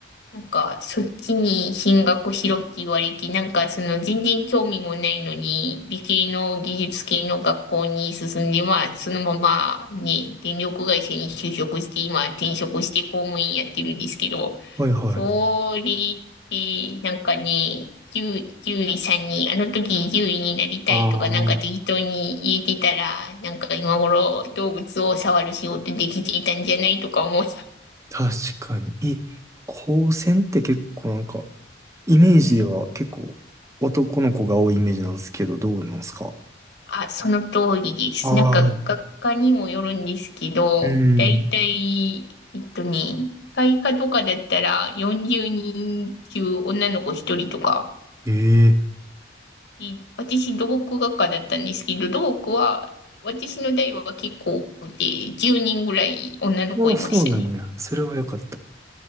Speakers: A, on the left (about 70°); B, on the right (about 15°).
A: なんか、そっちに進学しろって言われて、なんか、その、全然興味もないのに、理系の技術系の学校に進んで、まあ、そのまま、ね、電力会社に就職して、今、転職して公務員やってるんですけど、
B: はいはい。
A: それで、なんかね、10、獣さんに、あの時獣医になりたいとか、
B: ああ。
A: なんか適当に言えてたら、なんか今頃動物を触る仕事できていたんじゃないとか思う。
B: 確かに。え、高専って結構なんか、イメージでは結構男の子が多いイメージなんですけど、
A: はい。
B: どうなんですか
A: あ、その通りです。
B: ああー、
A: なんか、学科にもよるんですけど、
B: うん。
A: だいたい、えっとね、会科とかだったら40人中女の子1人とか、
B: ええ
A: い私、土木学科だったんですけど、土木は、私の代は結構多くて、10人ぐらい女の子いましたね。
B: ー。ああ、そうなんや。それはよかった。